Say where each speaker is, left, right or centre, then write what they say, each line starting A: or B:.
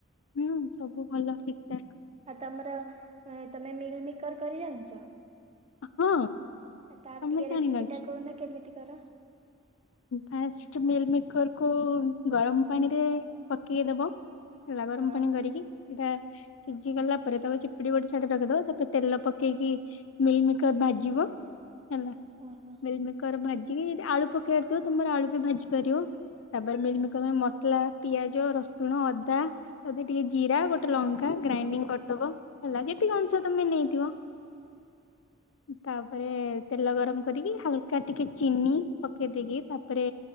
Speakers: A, on the left; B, on the right.
A: ହୁଁ ସବୁ ଭଲ ଠିକଠାକ।
B: ଆଉ ତମର ତମେ ମିଲ୍ ମିକର କରି ଜାଣିଛ।
A: ହଁ
B: ତାର
A: ତମେ
B: ଟିକେ
A: ଜାଣିନ
B: ରେସିପି ଟା କହୁନା କେମିତି ତାର
A: ଫାଷ୍ଟ ମିଲ୍ ମିକର କୁ ଗରମ ପାଣିରେ ପକେଇ ଦବ। ହେଲା ଗରମ
B: ହଁ
A: ପାଣି କରିକି ଏଇଟା ସିଝି ଗଲା ପରେ ତାକୁ ଚି ପୁଡ଼ି ଗୋଟି ସାଇଡ ରେ ପକେଇଦବ ତାପରେ ତେଲ ପ କ କେଇକି ମିଲମିକର ଭାଜିବ ହେଲା
B: ଓହୋ ହଁ।
A: ମିଲମିକର ଭାଜି ଯି କି ଯଦି ଆଳୁ ପ ତମର ଆଳୁ ବି ଭାଜି ପାରିବ ତାପରେ ମିଲମିକର ପାଇଁ ମସ ଥିଲା ପିଆଜ, ରସୁଣ, ଅଦା ଏବେ ଟିକେ ଜିରା ଗୋଟେ ଲଙ୍କା ଗ୍ରାଇଣ୍ଡିଙ୍ଗ କରିଦବ ହେଲା। ଯେତିକି ଅଂଶ ତମେ ନେଇଥିବ ତାପରେ ତେଲ ଗରମ କରିକି ହାଲ କାଟିକି ଚିନି ପ ପକେଇ ଦେଇକି ତାପରେ